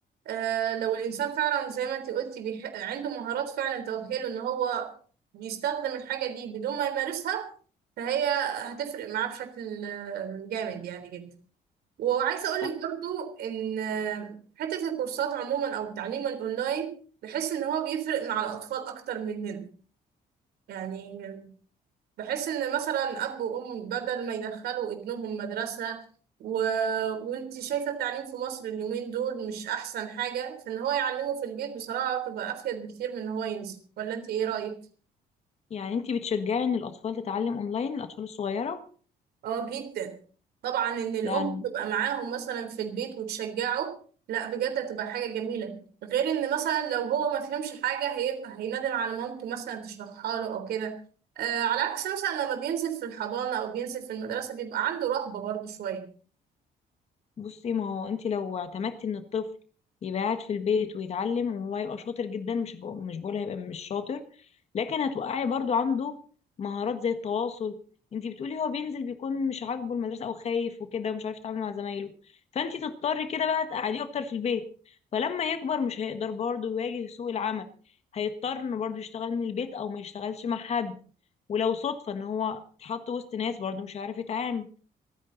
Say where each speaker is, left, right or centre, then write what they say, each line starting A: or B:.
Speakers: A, on the right; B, on the left.
A: أه لو الإنسان فعلا زي ما انتي قلتي بيح... عنده مهارات فعلا تؤهله إن هو بيستخدم الحاجة دي بدون ما يمارسها فهي هتفرق معاه بشكل آه، جامد يعني جدا وعايزة أقولك
B: صح
A: برضو إن آه، حتة الكورسات عموما أو التعليم الأونلاين بحس إن هو بيفرق مع الأطفال أكتر مننا يعني بحس ان مثلا اب وام بدل ما يدخلوا ابنهم مدرسه و... وانت شايفه التعليم في مصر اليومين دول مش احسن حاجه فان هو يعلمه في البيت بصراحه تبقى افيد بكتير من ان هو ينزل ولا انت ايه رايك
B: يعني انتي بتشجعي ان الاطفال تتعلم اونلاين الاطفال الصغيرة
A: اه جدا طبعا ان الام
B: لا
A: تبقى معاهم مثلا في البيت وتشجعه لا بجد هتبقى حاجه جميله غير ان مثلا لو هو ما فهمش حاجه هيبقى هيندم على مامته مثلا تشرحها له او كده آه على عكس مثلا لما بينزل في الحضانه او بينزل في المدرسه بيبقى عنده رهبه برضه شويه
B: بصي ما هو انت لو اعتمدتي ان الطفل يبقى قاعد في البيت ويتعلم وهو هيبقى شاطر جدا مش بقول مش بقول هيبقى مش شاطر لكن هتوقعي برضو عنده مهارات زي التواصل انت بتقولي هو بينزل بيكون مش عاجبه المدرسه او خايف وكده ومش عارف يتعامل مع زمايله فانت تضطري كده بقى تقعديه اكتر في البيت فلما يكبر مش هيقدر برضو يواجه سوق العمل هيضطر انه برضو يشتغل من البيت او ما يشتغلش مع حد ولو صدفه ان هو اتحط وسط ناس برضو مش عارف يتعامل